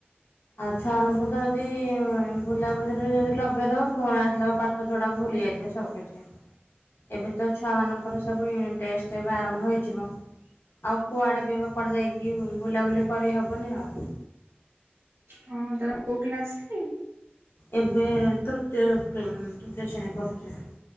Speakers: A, on the left (about 75°); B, on the right (about 80°).
A: ଆଉ ଛୁଆମାନଙ୍କୁ ତ ଯଦି ଇଁ ବୁଲାବୁଲିରେ ଯଦି ଲଗେଇଦବ ପୁଣି ଆସିଲା ବେ ପା ଠ ଛଡା ଭୁଲି ଯାଇଥିବେ ସବୁକିଛି। ଏବେ ତ ଛୁଆମାନଙ୍କର ସବୁ ୟୁନିଟ ଟେଷ୍ଟ ଏବେ ଆରମ୍ଭ ହେଇଯିବ। ଆଉ କୁଆଡେ ବି ଏବେ କୁଆଡେ ଯାଇକି ବୁ-ବୁଲାବୁଲି କରିହବନି ଆଉ।
B: ହଁ ତାର କୋଉ କ୍ଲାସ କି?
A: ଏବେ ତୃତୀୟ କ୍ଲା ତୃତୀୟ ଶ୍ରେଣୀରେ ପଢୁଚି।